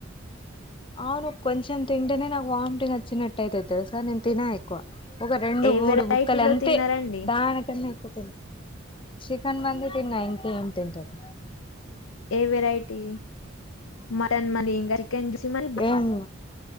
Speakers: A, on the left; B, on the left.
A: అవును కొంచెం తింటేనే నాకు వామిటింగ్ వచ్చినట్టు అయితది తెలుసా నేను తినాయి క్కువ ఒక రెండు
B: ఏ
A: మూడు
B: వెరైటీలో
A: ముక్కలు అంతే
B: తిన్నారండి
A: దానికన్నా ఎక్కువ తె చికన్ మంది తిన్న ఇంకా ఏం తింటారు
B: ఏం వెరైటీ మటన్ మని చికెన్ మ
A: ఏం